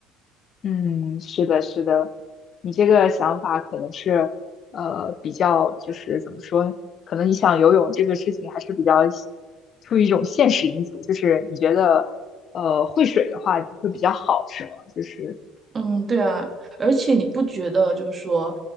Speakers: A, on the left; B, on the right.
A: 嗯，是的，是的，你这个想法可能是，呃，比较就是怎么说，可能你想游泳这个事情还是比较出于一种现实因素，就是你觉得，呃，会水的话会比较好，是吗？就是，
B: 嗯，对啊，而且你不觉得就是说，